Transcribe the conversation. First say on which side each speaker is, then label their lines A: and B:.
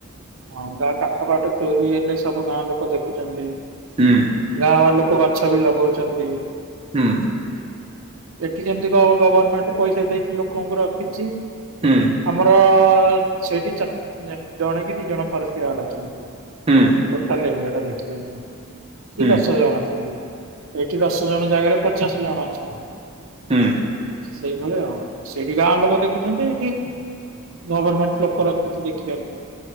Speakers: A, on the right (about 75°); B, on the right (about 25°).
A: ହଁ ଗା କାଠ ପାଠ ଚୋରି ହେଲେ ସେ ସବୁ ଗାଁ ଲୋକ ଦେଖୁଛନ୍ତି
B: ହୁଁ
A: ଗାଁ ଲୋକ ଗଛ ବି ଲଗଉଛନ୍ତି।
B: ହୁଁ।
A: ଏଠି ଯେମିତି କଣ ଗଭର୍ଣମେଣ୍ଟ ପଇସା ଦେଇକି ଲୋକଙ୍କୁ ରଖିଛି।
B: ହୁଁ
A: ଆମର ସେଇଠି ଜଣେ କି ଦି ଜଣ ଫରେଷ୍ଟ ଗାର୍ଡ ଅଛନ୍ତି।
B: ହୁଁ
A: ଟୋଟାଲ ଏଟା ଦେଖିବା ପାଇଁ କି
B: ହୁଁ
A: ଦଶ ଜଣ ଅଛନ୍ତି। ଏଇଠି ଦଶ ଜଣ ଜାଗାରେ ପଚାଶ ଜଣ ଅଛନ୍ତି।
B: ହୁଁ।
A: ସେଇଭଳିଆ ଆଉ ସେଇଠି ଗାଁ ଲୋକ ଦେଖୁଛନ୍ତି। ଏଇଠି ଗଭର୍ଣମେଣ୍ଟ ଲୋକ ରଖିଛି ଦେଖିବାକୁ।